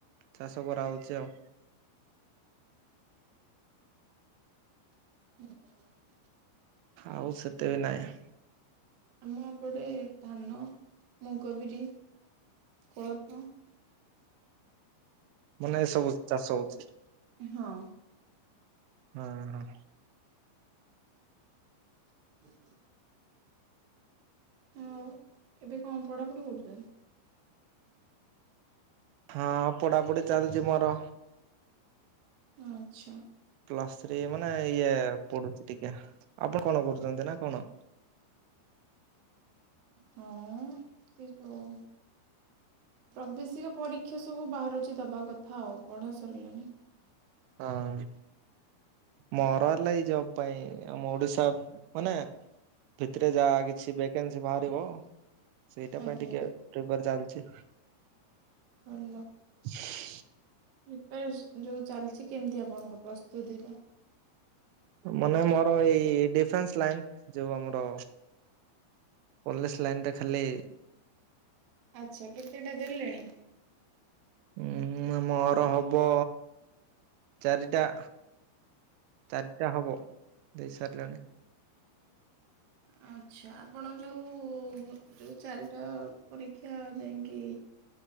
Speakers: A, on the right; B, on the right.
A: ଚାଷ କରାହୋଉଚି ଆଉ।
B: <unintelligible>
A: ଆଉ ସେତେ ବି ନାଇଁ।
B: ଆମ ଏପଟେ ଧାନ, ମୁଗ, ବିରି, କୋଳଥୋ।
A: ମାନେ ଏ ସବୁ ଚାଷ ହୋଉଚି
B: ହଁ
A: ହୁଁ ହଁ।
B: <inaudible> ଆଉ ଏବେ କଁ ପଢ଼ାପଢ଼ି କରୁଚନ୍ତି।
A: ହଁ ପଢ଼ାପଢ଼ି ଚାଲିଚି ମୋର।
B: ଆଚ୍ଛା।
A: ପ୍ଲସ ଥ୍ରୀ ମାନେ ଇଏ ପଡୁଛି ଟିକେ ଆପଣ କଣ କରୁଚନ୍ତି ନା କଣ।
B: ହଁ ସେଇ ଯୋଉ ପ୍ରବେଶିକା ପରୀକ୍ଷା ସବୁ ବାହାରୁଛି ଦବା କଥା ଆଉ ପଢ଼ା ସରିଲାଣି।
A: ହଁ। ମୋର ହେଲେ ଏଇ ଜବ୍ ପାଇଁ ଆମ ଓଡିଶା ମାନେ ଭିତିରେ ଯାହା କିଛି ଭେକେନ୍ସି ବାହାରିବ। ସେଇଟା
B: ଆଜ୍ଞା
A: ପାଇଁ ଟିକେ ପ୍ରିପାୟାର୍ ଚାଲିଛି।
B: ଭଲ।
A: <inaudible>
B: ପ୍ରିପାରେଶ୍ ଯେଉଁ ଚାଲିଚି କେମିତି ଆପଣଙ୍କ ପ୍ରସ୍ତୁତିଟା।
A: ମାନେ ମୋର ଏଇ ଡିଫେନ୍ସ୍ ଲାଇନ୍ ଯୋଉ ଆମର ପୁଲିସ୍ ଲାଇନ୍ ରେ ଖାଲି
B: ଆଚ୍ଛା କେତେଟା ଦେଲେଣି।
A: ଉଁହୁଁ ନା ମୋର ହବ ଚାରିଟା। ଚାରିଟା ହବ ଦେଇସାରିଲେଣି।
B: ଆଚ୍ଛା ଆପଣ ଯୋଉ ଯୋଉ ଚାରିଟା ପରୀକ୍ଷା ଯାଇଁକି